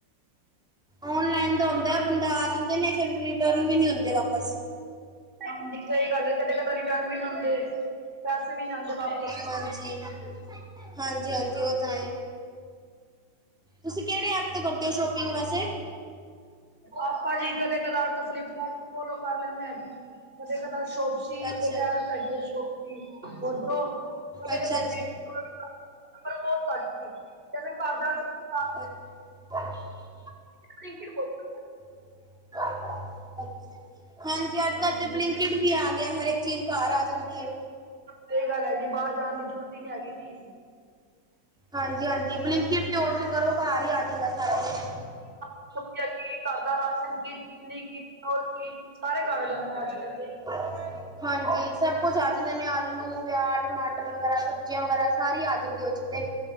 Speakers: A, in the centre; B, on the right (about 25°).
A: ਔਨਲਾਈਨ ਦਾ ਹੋਂਦਾ ਬੰਦਾ ਆ ਜਾਂਦੇ ਨੇ ਫੇਰ ਰਿਟਰਨ ਵੀ ਨੀ ਹੋਂਦੇ ਵਾਪਸ।
B: ਹਮ ਸ ਈ ਗੱਲ ਏ ਕਦੇ -ਕਦੇ ਰਿਟਰਨ ਵੀ ਨੀ ਹੋਂਦੇ ਪੈਸੇ ਵੀ ਨੀ ਆਂਦੇ ਵਾਪ-
A: ਹਾਂਜੀ -ਹਾਂਜੀ- ਹਾਂਜੀ ਔ ਤਾਂ ਏ ਤੁਸੀਂ ਕੇੜੇ ਐਪ ਤੋਂ ਕਰਦੇ ਔ ਸ਼ੋਪਿੰਗ ਵੈਸੇ?
B: ਆਪਾਂ ਜੀ ਕਦੇ ਕਦਾਰ ਫਲਿਪਕਾਰਟ ਫੋਲੋ ਕਰ ਲੈਂਦੇ ਆਾਂ ਜੀ। ਕਦੇ ਕਦਾਰ ਸ਼ੋਪਸ। ਸੀ
A: ਅੱਛਾ
B: ਇਕ ਐਪ ਹੈਗੀ ਸ਼ੌਪੀ ਔਦਰੋਂ, ਕਦੇ
A: ਅੱਛਾ
B: ਕਦਾਰ
A: ਅੱਛਾ
B: ਮੀਮੋ ਤੋਂ <unintelligible> ਪਰ ਬੋਤ ਘਟ ਜੀ, ਵੈਸੇ ਕਰਦਾ ਕਰ
A: ਹ <inaudible>
B: <unintelligible>
A: <unintelligible> ਅਛਾ। ਹਾਂਜੀ, ਜੀ ਅੱਜ
B: ਹਾਂਜੀ
A: ਕਲ ਤੇ ਬਲਿੰਕਟ ਵੀ ਆ ਗਿਆ ਹਰੇਕ ਚੀਜ਼ ਘਰ ਆ ਜਾਂਦੀ ਏ।
B: ਸ ਈ ਗੱਲ ਏ ਜੀ ਬਾਰ ਜਾਣ ਦੀ ਜੂਰੂਤ ਈ ਨੀ ਹੈਗੀ ਜੀ।
A: ਹਾਂਜੀ -ਹਾਂਜੀ ਬਲਿੰਕਿਟ ਤੇ ਔਡਰ ਕਰੋ ਘਰ ਈ ਆ ਜਾਂਦਾ ਸਾਰਾ ਕੁਛ
B: ਸਬਜੀਆ ਕੀ ਘਰ ਦਾ ਰਾਸ਼ਨ ਕੀ ਚਿਨੀ ਕੀ ਹੋਰ ਕੀ ਸਾਰੇ ਘਰ ਆ ਜਾਂਦੇ ਨੇ ਅੱਜ -ਕੱਲ ਤੇ
A: <unintelligible> ਹਾਂਜੀ। ਸਭ ਕੁਛ ਆ ਜਨੇ ਮੈ ਆਲੂ ਪਿਆਜ਼, ਟਮਾਟਰ ਵਗੈਰਾ ਸਬਜ਼ੀਆਂ ਵਗੈਰਾ ਸਾਰੀ ਆ ਜਾਂਦੀ ਔ ਚ ਤੇ।